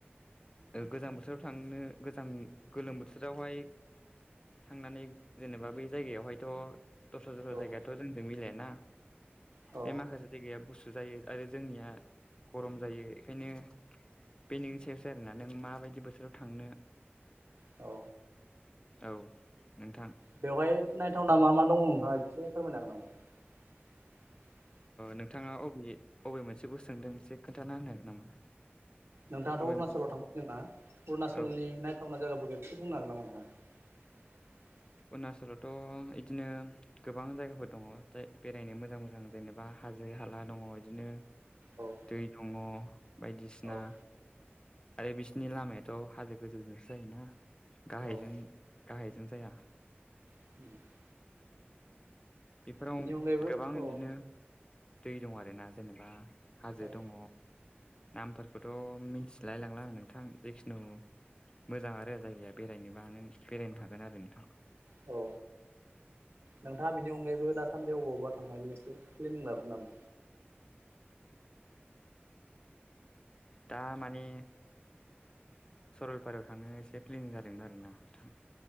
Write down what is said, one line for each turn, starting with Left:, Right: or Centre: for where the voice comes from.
Left: ओ गोजां बोथोराव थांनो गोजां गोलोम बोथोरावहाय थांनानै जेनेबा बे जायगायावहायथ' दस्रा दस्रा
Right: औ
Left: जायगायाथ' जोंजों मिलायाना
Right: औ
Left: बे माखासे जायगाया गुसु जायो आरो जोंनिया गरम जायो बेखायनो बे नोंनि सायावसो आरोना नों माबायदि बोथोराव थांनो?
Right: औ।
Left: औ नोंथां।
Right: बेवहाय नायथावना मा मा दङ नोंथाङा एसे फोरमायनो हागोन नामा? <inaudible>
Left: नोंथाङा अबे अबे मोनसेखौ सोंदों से खोन्थाना होनो हागोन नामा?
Right: नोंथाङाथ'
Left: अबे
Right: अरुणचलाव थांफेरदों ना अरुणनाचलनि
Left: औ
Right: नायथावनाय जायगाफोरखौ एसे बुंनो हागोन नामा नोंथां? <inaudible>
Left: अरुणाचलावथ' इदिनो गोबां जायगाफोर दङ बेरायनो मोजां मोजां जेनेबा हाजो हाला दङ बिदिनो
Right: औ
Left: दै दङ बायदिसिना
Right: औ
Left: आरो बिसोरनि लामायाथ' हाजो गोजौजोंसो जायोना गाहायजों
Right: औ
Left: गाहायजों जाया।
Right: <inaudible>
Left: बेफोराव
Right: बिनि अनगायैबो
Left: गोबां बिदिनो
Right: औ
Left: दै दं आरोना जेनेबा हाजो
Right: औ
Left: दङ। नामफोरखौथ' मिथिलायलांला आं नोंथां जिखुनु मोजां आरो जायगाया बेरायनोबा नों बेरायनो हागोन आरो नोंथां।
Right: औ। नोंथाङा बिनि अनगायैबो दासान्दि अबावबा थांनायनि एसे प्लेनिं लादों नामा?
Left: दा माने सरलपारायाव थांनो एसे प्लेेनिं जादोंमोन आरो ना नोंथां।